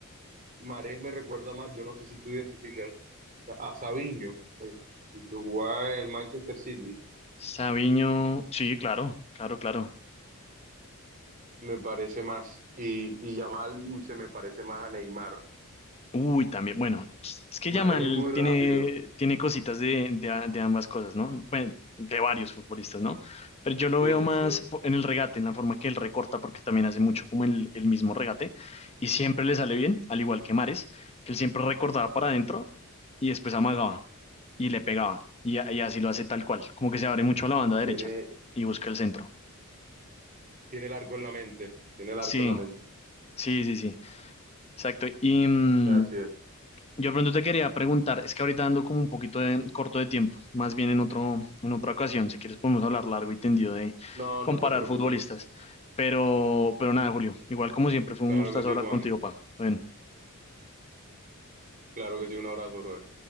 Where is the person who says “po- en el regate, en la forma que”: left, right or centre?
Left